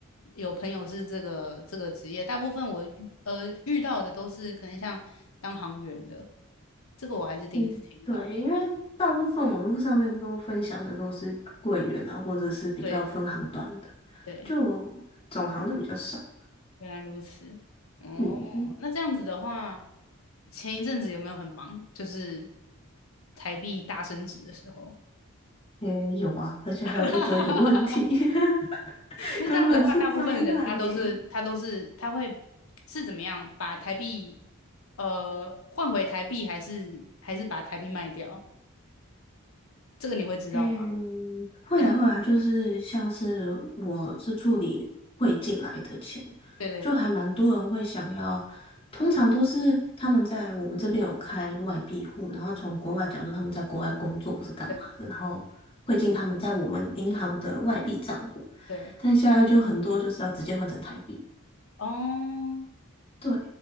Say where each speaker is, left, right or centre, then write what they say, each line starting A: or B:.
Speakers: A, on the left; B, on the left.
A: 有朋友是这个这个职业，大部分我遇呃遇到的都是可能像当航员的，这个我还是第一次听到。
B: 嗯，对，因为大部分网络上面都分享的都是柜员啊，或者是比较分行端的，
A: 对对，
B: 就总行的比较少。
A: 原来如此。哦，
B: 嗯，
A: 那这样子的话，前一阵子有没有很忙？就是台币大升值的时候。
B: 也有啊，而且还有一堆的问题，
A: <laughs>
B: <laughs>
A: 那这样子的话，
B: 根本是灾难呢。
A: 大部分的人他都是他都是他会是怎么样把台币呃换回台币，还是还是把台币卖掉？这个你会知道吗？
B: 嗯，会啊会啊，
A: 还是
B: 就是像是我是处理汇进来的钱，
A: 对对
B: 就还蛮多人会想要，通常都是他们在我们这边有开外币户，然后从国外，
A: 对
B: 假如说他们在国外工作或是干嘛的，
A: 对
B: 然后汇进他们在我们银行的外币账户，
A: 对
B: 但现在就很多就是要直接换成台币。
A: 哦，
B: 对，